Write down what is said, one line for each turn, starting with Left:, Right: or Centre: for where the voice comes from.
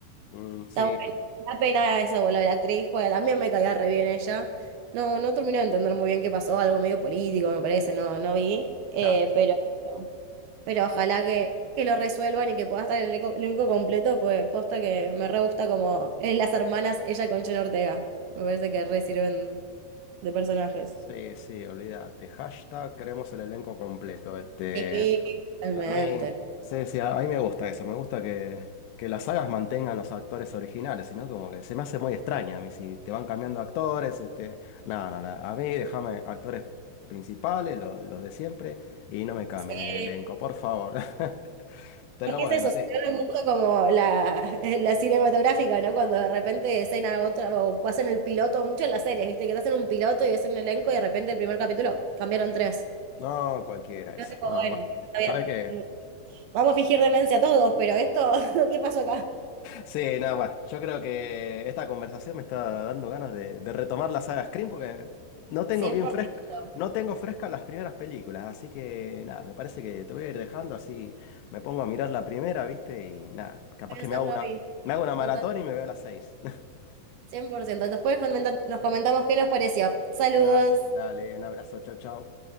Left: Mm,
Right: Está
Left: sí,
Right: bueno. Una pena ese vuelo de la actriz, porque también me caía re bien ella. No, no terminé de entender muy bien qué pasó, algo medio político, me parece, no, no vi. Eh,
Left: claro.
Right: pero, pero ojalá que, que lo resuelvan y que pueda estar el elenco el elenco completo, pues posta que me re gusta como eh, las hermanas, ella con Jenna Ortega. Me parece que re sirven de personajes.
Left: Sí, sí, olvídate. Hashtag queremos el elenco completo. Este,
Right: Sí, totalmente.
Left: a mí, sí, sí, a a mí me gusta eso. Me gusta que, que las sagas mantengan los actores originales, sino como que se me hace muy extraña a mí si te van cambiando actores. Este, no, no, no. A mí déjame actores principales, lo- los de siempre, y no me cambien
Right: Sí,
Left: el elenco, por favor. <laughs> Pero
Right: Es que
Left: bueno,
Right: es eso,
Left: sí.
Right: se ve mucho como la, eh, la cinematográfica, ¿no? Cuando de repente escena otra, o hacen el piloto, mucho en las series, ¿viste? Que te hacen un piloto y ves un elenco y de repente el primer capítulo cambiaron tres.
Left: No, cualquiera
Right: Yo
Left: eso.
Right: digo,
Left: No,
Right: bueno,
Left: cualquiera.
Right: está bien.
Left: ¿Sabes qué?
Right: mm, Vamos a fingir demencia todos, pero esto, <laughs> ¿qué pasó acá?
Left: Sí, nada, bueno, yo creo que esta conversación me está dando ganas de, de retomar la saga Scream porque no tengo
Right: cien
Left: bien
Right: por
Left: fresca,
Right: ciento
Left: no tengo fresca las primeras películas, así que nada, me parece que te voy a ir dejando así, me pongo a mirar la primera, ¿viste? Y nada, capaz
Right: Voy
Left: que
Right: a hacerlo
Left: me hago una,
Right: hoy.
Left: me hago una maratón
Right: Total,
Left: y me veo a las seis. <laughs>
Right: cien por ciento Después comentan- nos comentamos qué nos pareció. Saludos.
Left: Nada, dale, un abrazo, chau, chau.